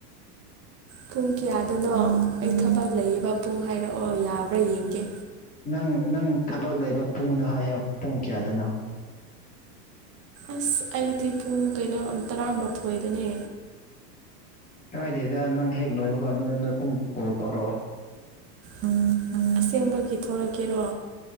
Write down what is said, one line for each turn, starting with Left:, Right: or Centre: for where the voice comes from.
Right: ꯄꯨꯡ ꯀꯌꯥꯗꯅꯣ ꯑꯩ ꯊꯕꯛ ꯂꯩꯌꯦꯕ ꯄꯨꯡ ꯍꯥꯏꯔꯛꯑꯣ ꯌꯥꯕ꯭ꯔꯥ ꯌꯦꯡꯒꯦ
Left: ꯅꯪ ꯅꯪ ꯊꯕꯛ ꯂꯩꯕ ꯄꯨꯡꯅꯣ ꯍꯥꯏꯌꯣ ꯄꯨꯡ ꯀꯌꯥꯗꯅꯣ
Right: ꯑꯁ ꯑꯩꯗꯤ ꯄꯨꯡ ꯀꯩꯅꯣ ꯇꯔꯥꯃꯥꯊꯣꯏꯗꯅꯦ
Left: ꯀꯥꯏꯗꯦꯗ ꯅꯪ ꯍꯦꯛ ꯂꯣꯏꯅꯣꯀ ꯅ ꯅ ꯀꯨꯝ ꯀꯣꯜ ꯇꯧꯔꯛꯑꯣ
Right: ꯎꯝ ꯎꯝ ꯆꯦꯡꯕꯒꯤ ꯊꯣꯛꯂꯛꯀꯦꯔꯣ